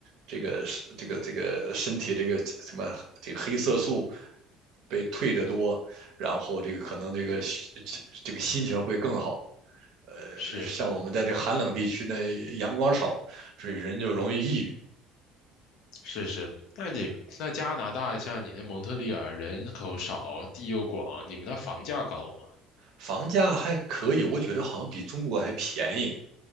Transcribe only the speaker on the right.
这个这个这个身体这个什么这个黑色素被退得多，然后这个可能这个这这个心情会更好。呃，
像我们在这寒冷地区呢，阳光少，所以人就容易抑郁。
房价还可以，我觉得好像比中国还便宜。